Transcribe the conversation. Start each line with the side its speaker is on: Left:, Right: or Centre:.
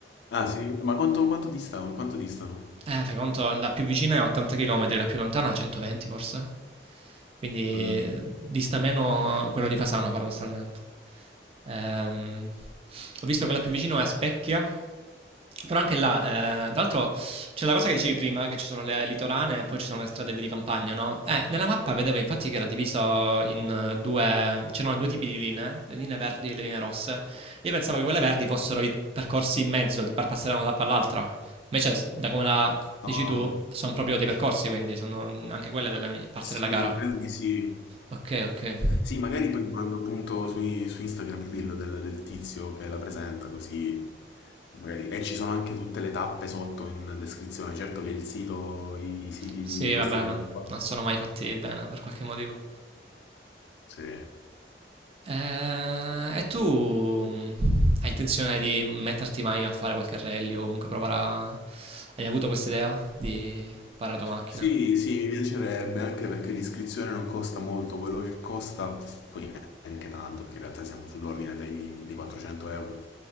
Left: Ah, sì, ma quanto, quanto distano? Quanto distano?
Right: Eh, fai conto, la più vicina è 80 km, la più lontana 120 forse. Quindi eh,
Left: Mm.
Right: dista meno quello di Fasano, paradossalmente. Ehm, ho visto quella più vicina è a Specchia, però anche là, eh, tra l'altro c'è la cosa che dicevi prima, che ci sono le litorane e poi ci sono le strade di campagna, no? Eh, nella mappa vedevo infatti che era diviso in eh, due, c'erano due tipi di linee, le linee verdi e le linee rosse. Io pensavo che quelle verdi fossero i percorsi in mezzo per passare da una tappa all'altra, Invece, da come la dici
Left: No,
Right: tu, sono proprio dei percorsi, quindi sono anche quelle della parte
Left: sì,
Right: della gara.
Left: credo di sì.
Right: Ok, ok.
Left: Sì, magari poi ti mando appunto su, su Instagram il reel del, del tizio che la presenta, così magari. E ci sono anche tutte le tappe sotto in descrizione. Certo che il sito, i siti
Right: Sì,
Left: di questi
Right: vabbè,
Left: eventi
Right: non,
Left: qua.
Right: non sono mai fatti bene per qualche motivo.
Left: Sì.
Right: Eh,
Left: Sì.
Right: e tu mm, hai intenzione di metterti mai a fare qualche rally o comunque provare a... Hai avuto questa idea di fare la tua macchina?
Left: Sì, sì, mi piacerebbe anche perché l'iscrizione non costa molto, quello che costa, poi neanche tanto, perché in realtà siamo sull'ordine dei, dei 400 euro.